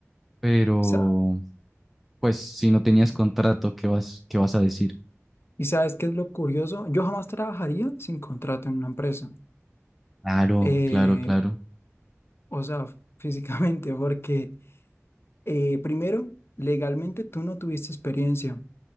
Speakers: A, in the centre; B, on the left.
A: Pero,
B: Sa-
A: pues, si no tenías contrato, ¿qué vas, qué vas a decir?
B: ¿Y sabes qué es lo curioso? Yo jamás trabajaría sin contrato en una empresa.
A: Claro,
B: Eh,
A: claro, claro.
B: o sea, <laughs> f- físicamente, porque eh, primero, legalmente tú no tuviste experiencia